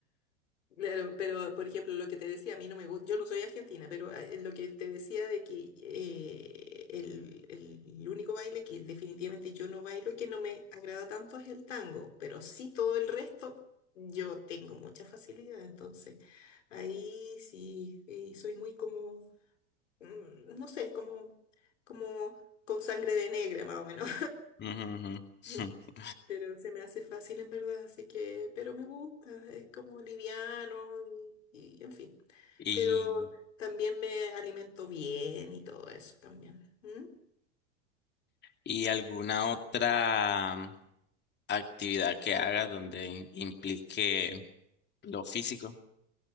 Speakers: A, on the left (about 80°); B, on the left (about 30°).
A: claro, pero por ejemplo, lo que te decía, a mí no me gusta, yo no soy argentina, pero ah, eh, lo que te decía de que eh, el, el único baile que definitivamente yo no bailo y que no me agrada tanto es el tango, pero sí todo el resto yo tengo mucha facilidad, entonces ahí sí, eh, soy muy como mm, no sé, como, como con sangre de negra más o menos.
B: Ujú, ujú. <laughs>
A: <laughs> Pero se me hace fácil en verdad, así que, pero me gusta, es como liviano y, y en fin.
B: Y,
A: Pero también me alimento bien y todo eso también. ¿Mm?
B: y alguna otra actividad que hagas donde implique lo físico.